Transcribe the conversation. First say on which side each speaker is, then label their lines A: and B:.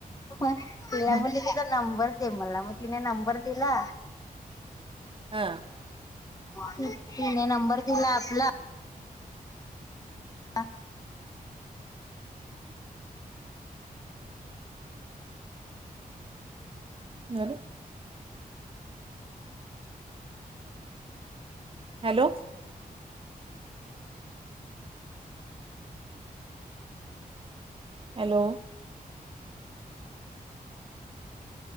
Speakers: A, on the left; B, on the right.
A: म तिला म्हणली
B: ह
A: तुझा नंबर दे मला म तिने नंबर दिला
B: हा
A: ती तिने नंबर केला आपला <unintelligible>
B: झालं. Hello hello